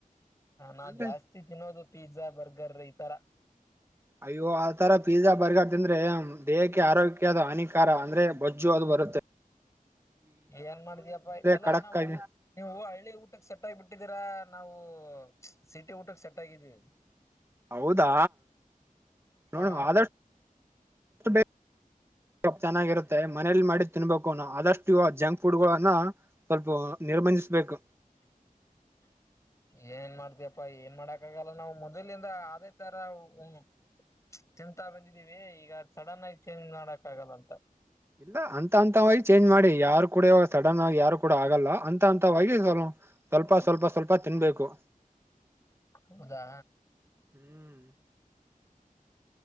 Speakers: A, on the left; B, on the right.
A: ನಾವು
B: ಅಂದ್ರೆ
A: ಜಾಸ್ತಿ ತಿನ್ನೋದು ಪಿಜಜಾ ಬರ್ಗರ್ ತರ
B: ಅಯ್ಯೋ ಆತರ ಪಿಜಜಾ ಬರ್ಗರ್ ತಿಂದ್ರೆ ದೇಹಕ್ಕೆ ಆರೋಗ್ಯದ ಹಾನಿಕಾರ ಅಂದ್ರೆ ಬಜ್ಜು ಅದು ಬ ಬಾರುತ್ತೆ
A: ಏನ್ ಮಾಡಿದಯಪ್ಪ ಎಲ್ಲಾ
B: ಖಡಕ್
A: ನಾವು
B: ಆಗಿ
A: ನೀವು ಹಳ್ಳಿ ಊಟಕ್ಕೆ ಸೆಟ್ಟಾಗಿ ಬಿಟ್ಟಿದ್ದೀರಾ ನಾವು ಸಿಟಿ ಊಟಕ್ಕೆ ಸೆಟ್ ಆಗಿದ್ದೀವಿ
B: ಹೌದಾ ನೋಡು
A: ಹಾ
B: ಆದಷ್ಟ ಬೇಗ ವ ಚೆನ್ನಾಗಿರುತ್ತೆ ಮನೇಲಿ ಮಾಡಿ ತಿನ್ಬೇಕು ಆದಷ್ಟು ಇ ಜಂಕ್ ಫುಡ್ ಗಳನ್ನ ಸ್ವಲ್ಪ ನಿರ್ಬಂಧಿಸ್ಬೇಕು
A: <unintelligible> ಏನ್ ಮಾಡ್ತಯಪ್ಪಾ ಏನ್ ಮಾಡಕ್ ಆಗಲ್ಲ ನಾವ್ ಮೊದಲಿಂದ ಅದೇ ತರ ಹ ತಿಂತಾ ಬಂದಿದ್ದೀವಿ ಈಗ ಸಡನ್ ಆಗಿ ಚೇಂಜ್ ಮಾಡಕ್ ಆಗಲ್ಲ ಅಂತ
B: ಇಲ್ಲ ಅಂತ ಅಂತವಾಗಿ ಚೇಂಜ್ ಮಾಡಿ ಯಾರು ಕೂಡ ಸಡನ್ ಆಗಿ ಯಾರು ಕೂಡ ಆಗಲ್ಲ ಅಂತ ಅಂತವಾಗಿ ಸವಲ ಸ್ವಲ್ಪ ಸ್ವಲ್ಪ ಸ್ವಲ್ಪ ತಿನ್ಬೇಕು
A: ಹೌದಾ
B: ಹ್ಮ್